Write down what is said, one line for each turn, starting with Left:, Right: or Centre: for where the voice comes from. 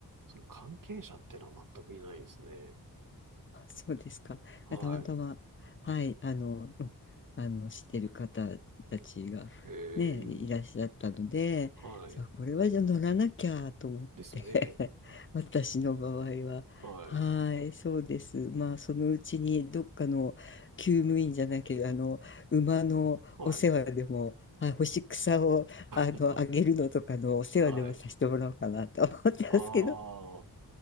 Right: その関係者っていうのは全くいないですね。
Left: そうですか。
Right: はい。
Left: あたまたま、はい、あの、うんあの、知ってる方たちがね、
Right: ええ、
Left: いらっしゃったので、
Right: はい。
Left: さあ、これはじゃあ乗らなきゃと思って
Right: ですね。
Left: <laughs> 私の場合は、
Right: はい。
Left: はい、そうです。まあ、そのうちにどっかの厩務員じゃなきゃ、あの、馬のお世話でも、
Right: はい。
Left: あ、干し草をあのあげるのとかのお世話でもさせてもらおうかなと思ってますけど、
Right: あ、はい。ああ、